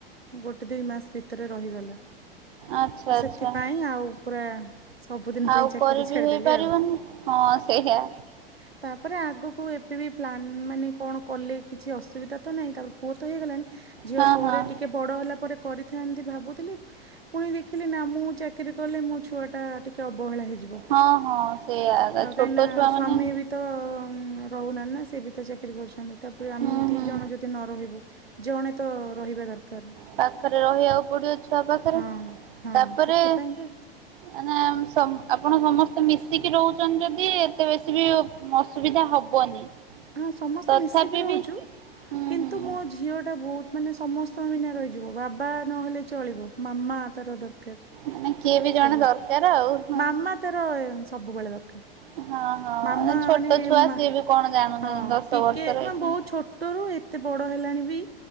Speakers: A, on the right (about 85°); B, on the right (about 60°).
A: ଗୋଟେ ଦୁଇ ମାସ ଭିତରେ ରହିଗଲା। ଁ
B: ଆଚ୍ଛା
A: ତ ସେଥିପାଇଁ
B: ଆଚ୍ଛା
A: ଆଉ ପୁରା ସବୁଦିନ ପାଇଁ
B: ଆଉ
A: ଚାକିରି
B: କରିବି
A: ଛାଡ଼ିଦେଲି
B: ହେଇପାରିବନି
A: ଆଉ।
B: ହଁ ସେହିଆ।
A: ଆ <unintelligible> ତାପରେ ଆଗକୁ ଏବେ ବି ପ୍ଲାନ୍ ମାନେ କଣ କଲେ କିଛି ଅସୁବିଧା ତ ନାହିଁ ତାପରେ ପୁଅ ତ ହେଇଗଲାଣି। ଝିଅ
B: ହଁ
A: ପରେ
B: ହଁ
A: ଟିକେ ବଡ ହେଲା ପରେ କରିଥାନ୍ତି ଭାବୁଥିଲି ପୁଣି ଦେଖିଲି ନା ମୁଁ ଚାକିରି କଲେ ମୋ ଛୁଆଟା ଟିକିଏ ଅବହେଳା ହେଇଯିବ।
B: ହଁ ହଁ ସେଇଆ ତା
A: ଆଉ
B: ଛୋଟ
A: କାହିଁକିନା
B: ଛୁଆ
A: ସ୍ୱାମୀ
B: ମାନେ।
A: ବି ତ ରହୁନାହାନ୍ତି ନା ସେ ବି ତ ଚାକିରୀ କରୁଛନ୍ତି ତାପରେ ଆମ
B: ହୁଁ
A: ଦି
B: ହୁଁ
A: ଜଣ ଯଦି ନ ରହିବୁ, ଜଣେ ତ ରହିବା ଦରକାର।
B: ପାଖରେ ରହିବାକୁ ପଡିବ ଛୁଆ ପାଖରେ
A: ହଁ ହଁ
B: ତାପରେ
A: ସେଥିପାଇଁକା
B: ମାନେ ଆମ ସମ ଆପଣ ସମସ୍ତେ ମିଶିକି ରହୁଛନ୍ତି ଯଦି ଏତେ ବେଶୀ ବି ଅସୁବିଧା ହବନି।
A: ହଁ ସମସ୍ତେ
B: ତଥାପି
A: ମିଶିକି ରହୁଛୁ।
B: ବି ହୁଁ
A: କିନ୍ତୁ
B: ହୁଁ
A: ମୋ ଝିଅଟା ବହୁତ ମାନେ ସମସ୍ତଙ୍କ ବିନା ରହିଯିବ ବାବା ନହେଲେ ଚଳିବ। ମାମା ତାର ଦରକାର।
B: ମାନେ କିଏ ବି ଜଣେ
A: ସବୁବେଳେ
B: ଦରକାର ଆଉ
A: ମାମା ତାର ସବୁବେଳେ ଦରକାର।
B: ହଁ ହଁ
A: ମାମା
B: ଛୋଟ
A: ମନେ
B: ଛୁଆ
A: ମା
B: ସିଏ ବି କଣ ଜାଣୁଛନ୍ତି
A: ହଁ
B: ଦଶ
A: ଟିକେ
B: ବର୍ଷର ଏଇଠି।
A: ମ ବହୁତ ଛୋଟରୁ ଏତେ ବଡ଼ ହେଲାଣି ବି